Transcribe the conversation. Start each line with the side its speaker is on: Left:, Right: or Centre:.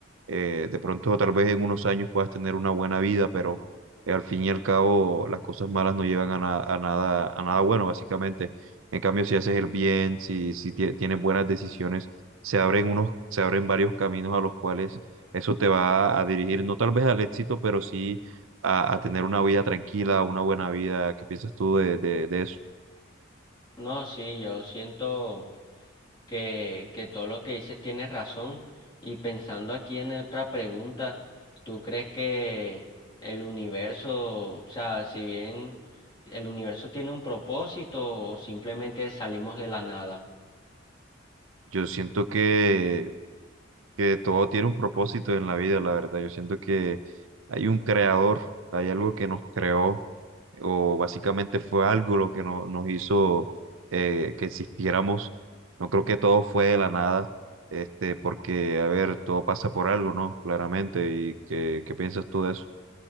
Right: Eh, de pronto, tal vez en unos años puedas tener una buena vida, pero eh, al fin y al cabo, las cosas malas no llevan a, na- a nada, a nada bueno, básicamente. En cambio, si haces el bien, si, si tie- tienes buenas decisiones, se abren unos, se abren varios caminos a los cuales eso te va a dirigir, no tal vez al éxito, pero sí a, a tener una vida tranquila, una buena vida. ¿Qué piensas tú de, de, de eso?
Left: No, sí, yo siento que, que todo lo que dices tienes razón. Y pensando aquí en otra pregunta, ¿tú crees que el universo, o sea, si bien el universo tiene un propósito o simplemente salimos de la nada?
Right: Yo siento que, que todo tiene un propósito en la vida, la verdad. Yo siento que hay un creador, hay algo que nos creó, o básicamente fue algo lo que no- nos hizo eh, que existiéramos. No creo que todo fue de la nada, este, porque, a ver, todo pasa por algo, ¿no? Claramente. ¿Y qué, qué piensas tú de eso?